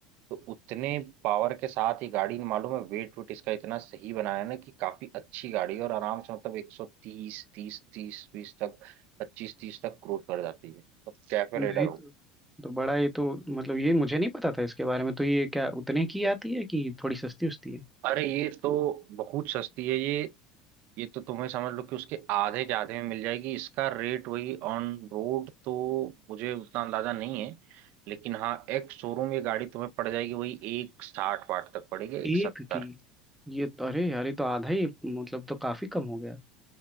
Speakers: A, on the right; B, in the centre.
A: तो उतने पावर के साथ ही गाड़ी मालूम है वेट वेट इसका इतना सही बनाया है ना कि काफी अच्छी गाड़ी है और आराम से मतलब एक सौ तीस तीस तीस बीस तक पच्चीस तीस तक क्रूज कर जाती है तो कैफे
B: नहीं
A: रेडर
B: तो
A: हो
B: तो बड़ा ये तो मतलब ये मुझे नहीं पता था इसके बारे में तो ये क्या उतने की आती है कि थोड़ी सस्ती उस्ती है
A: अरे ये तो बहुत सस्ती है ये ये तो तुम्हें समझ लो कि उसके आधे के आधे में मिल जाएगी इसका रेट वही ऑन रोड तो मुझे उतना अंदाजा नहीं है लेकिन हाँ एक्स शोरूम ये गाड़ी तुम्हें पड़ जाएगी वही एक साठ वाट तक पड़ेगी एक
B: एक
A: सत्तर
B: की ये तो अरे यार ये तो आधा ही मतलब तो काफी कम हो गया